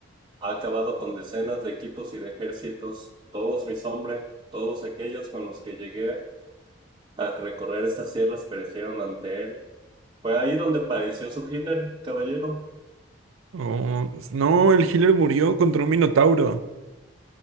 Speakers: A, on the right; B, on the right.
A: ha acabado con decenas de equipos y de ejércitos todos mis hombres todos aquellos con los que llegué a recorrer estas sierras perecieron ante él Fue ahí donde padeció su hitler caballero
B: Oh, no, el healer murió contra un minotauro.